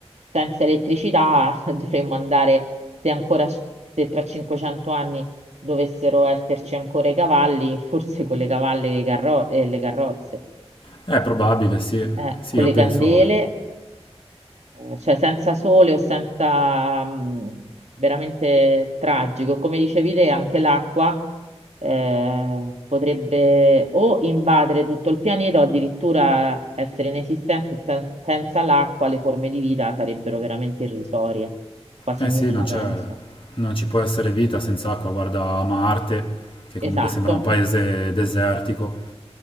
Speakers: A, on the right; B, on the left.
A: senza elettricità <laughs> dovremmo andare, se ancora s- se tra 500 anni dovessero esserci ancora i cavalli, forse con le cavalle e, i carro- e le carrozze,
B: è probabile, sì.
A: eh,
B: Sì,
A: con
B: io
A: le
B: penso,
A: candele, eh, cioè senza sole o senza... mh, veramente tragico. E Come dicevi te, anche l'acqua eh, potrebbe o invadere tutto il pianeta o addirittura essere inesistente. Sen- senza l'acqua le forme di vita sarebbero veramente irrisorie, quasi
B: eh
A: nulla,
B: sì, non c'è,
A: penso.
B: non ci può essere vita senza acqua. Guarda Marte, che
A: Esatto,
B: comunque sembra un paese desertico,